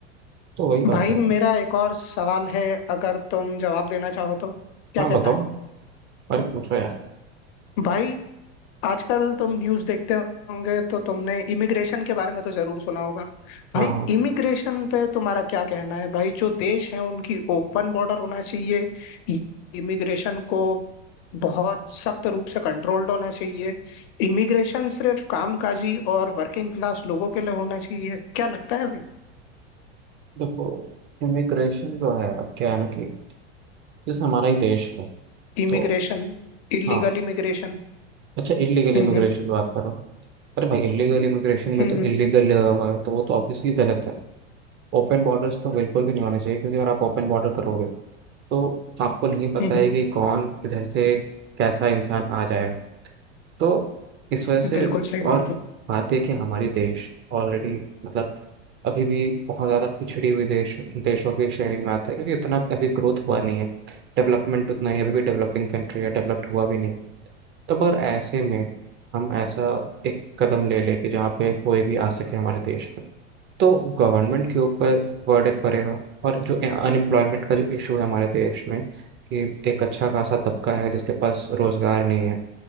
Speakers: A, on the right; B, on the left.
A: तो वही बात
B: भाई
A: है
B: मेरा एक और सवाल है अगर तुम जवाब देना चाहो तो क्या
A: हाँ
B: कहता
A: बताओ
B: है
A: और पूछो यार
B: भाई आजकल तुम न्यूज़ देखते होंगे तो तुमने इमिग्रेशन के बारे में तो जरूर सुना होगा भाई
A: हाँ हाँ
B: इमिग्रेशन पे तुम्हारा क्या कहना है भाई जो देश हैं उनकी ओपन बॉर्डर होना चाहिए इमिग्रेशन को बहुत सख्त रूप से कंट्रोल्ड होना चाहिए इमिग्रेशन सिर्फ कामकाजी और वर्किंग क्लास लोगों के लिए होना चाहिए क्या लगता है भाई
A: देखो इमिग्रेशन जो है अब क्या है ना कि जैसे हमारा ही देश है
B: इमिग्रेशन
A: तो
B: Illegal
A: हाँ
B: immigration
A: अच्छा इलीगल
B: हम्म
A: इमिग्रेशन
B: हम्म
A: की बात कर रहा हूँ अरे भाई इलीगल इमिग्रेशन में
B: हम्म,
A: तो
B: हम्म।
A: इलीगल लगा हुआ है तो वो तो ऑब्वियसली गलत है ओपन बॉर्डर्स तो बिल्कुल भी नहीं होने चाहिए क्योंकि अगर आप ओपन बॉर्डर करोगे तो आपको नहीं पता
B: हम्म
A: है
B: हम्म,
A: कि कौन किधर से कैसा इंसान आ जाएगा तो इस वजह से
B: बिल्कुल सही बात
A: और
B: है
A: बात है कि हमारे देश ऑलरेडी मतलब अभी भी बहुत ज़्यादा पिछड़ी हुई देश देशों की श्रेणी में आता है क्योंकि उतना अभी ग्रोथ हुआ नहीं है डेवलपमेंट उतना ही अभी भी डेवलपिंग कंट्री है डेवलप्ड हुआ भी नहीं तो मगर ऐसे में हम ऐसा एक कदम ले ले कि जहाँ पे कोई भी आ सके हमारे देश में तो गवर्नमेंट के ऊपर बर्डन पड़ेगा और जो अनएम्प्लॉयमेंट का जो इशू है हमारे देश में कि एक अच्छा खासा तबका है जिसके पास रोजगार नहीं है